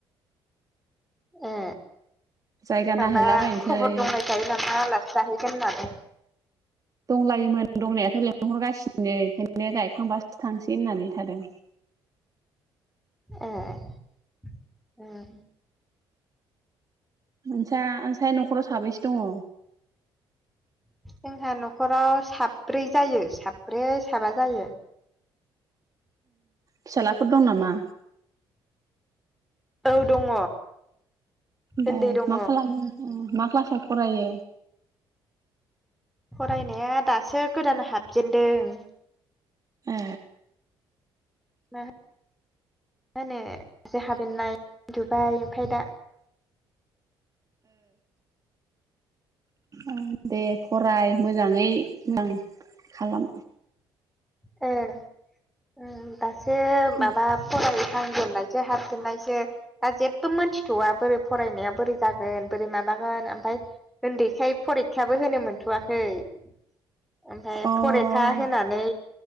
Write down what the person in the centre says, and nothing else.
ए
माबा
खबर दंलाय खायो नामा आलासि जाहैगोन होननानै? <inaudible>
ए ए ओम
जोंहा न'खराव साब्रै जायो साब्रै साबा जायो
औ दङ
उन्दै दङ
फरायनाया दासो गोदान हाबजेनदों
मा होनो <unintelligible> होनो जो हाबेननाय उन्दुबाय <unintelligible> दा
ए ओम दासो माबा
फराय <unintelligible> हाबजेननायसो दा जेबो मोनथिथ'वा बोरै फरायनाया बोरै जागोन बोरै माबा आमफाय उन्दैखाय फरिखाबो होनो मोनथ'वाखै ओमफ्राय
फरिखा होनानै